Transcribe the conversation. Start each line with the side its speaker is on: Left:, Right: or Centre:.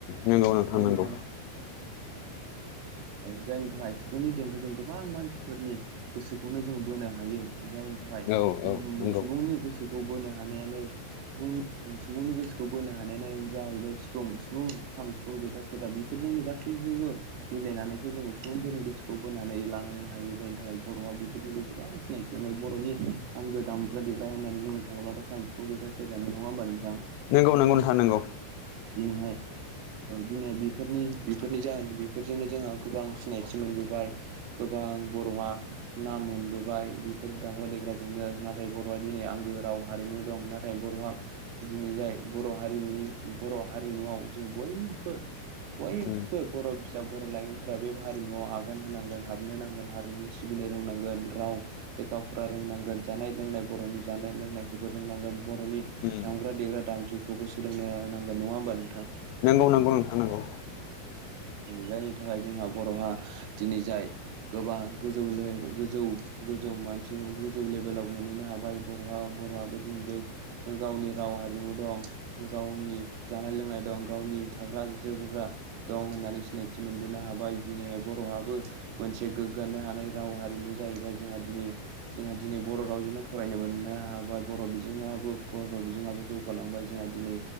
Left: नोंगौ नों थांनांगौ
Right: जायनि
Left: <inaudible>
Right: औ जायनि थाखाय सिफुंनि देंखोजों गोबां मानसिफोरनि गोसोखौनो जों बोनो हायो। जायनि थाखाय
Left: औ औ नंगौ
Right: सुबुंनि गोसोखौ बोनो हानायानो सुबुं ओ सुबुंनि गोसोखौ बोनो हानायानो जाहैबायफां सिफुं जथा सेरजा बेफोर जोंनो गासै जोंबो मिलायनानैसो जोङो सुबुंफोरनि गोसोखौ बोनानै लानानै हायो जायनि थाखाय बर'आ बेफोरजोंबो गोबां सिनायथि बर'नि आंगो दामग्रा देग्रा होननानै बुंनो थाङोब्लाथ' खाम सिफुं सेर ज नङा हबा नोंथां
Left: नंगौ नंगौ नोंथाङ नंगौ
Right: दिनैहाय औ दिनैहाय बेफोरनि बेफोरनि जाहोन बेफोरजोंनो जोंहा गोबां सिनायथि मोनबोबाय गोबां बर'आ नाम मोनबोबाय बेफोर दामग्रा देग्राजोंनो नाथाय बर'आ दिनै आंगो राव हारिमु दं नाथाय बर'आ दिनै जाय बर हारिम बर' हारिमुआव जों बयबो बयबो
Left: उम
Right: बर' फिसा बर' लाइमोनफोरा बे हारिमुवआव आगान होनांगोन हाबनो नांगोन हारिमुआव सिबिनो रोंनांगोन राव लेखाफोरा रोंनांगोन जानाय लोंनाय बर'नि जानाय लोंनायखौबो रोंनांगोन बर'नि
Left: उम
Right: दामांग्रा देग्रा दाम जुखौबो सोलोंनो लानो नांगोन नङा होमबा नोंथां।
Left: नंगौ नांगौ नोंथां नांगौ
Right: जायनि थाखाय जोंहा बर'हा दिनै जाय गोबां गोजौ गोजौ गोजौ मानसि गोजौ लेभेलाव मोनहैनो हाबाय बर'हा बर'आबो दिनै जाय गावनि राव हारिमु दं गावनि जानाय लोंनाय दं गावनि नि थाग्रा जोमग्रा दं। सिनायथि मोनबोनो हाबाय दिनैहाय बर'आाबो मोनसे गोग्गानो हानाय राव हारिमु जाहैबाय जों जोंहा दिनै जोंहा दिनै बर' रावजोंनो फरायनो मोननो हाबाय बर' बिजोङाबो बर' बिजोङाबो जौगालांबाय जोंहा दिनै